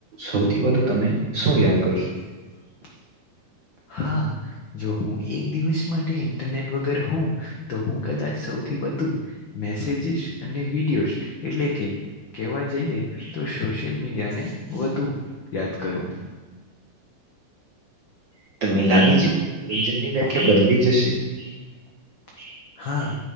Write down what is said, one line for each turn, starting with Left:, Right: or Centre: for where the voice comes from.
Right: સૌથી વધુ તમે શું યાદ કરશો?
Left: <inaudible> હા. જો હું એક દિવસ માટે ઇન્ટરનેટ વગર હોઉ તો હું કદાચ સૌથી વધુ મેસેજીસ અને વિડીયોઝ એટલે કે કેહેવા જઈએ તો સોશિયલ મીડિયાને વધુ યાદ કરું <inaudible>
Right: તમને લાગે છે મનોરંજનની વ્યાખ્યા બદલાઈ જશે
Left: હા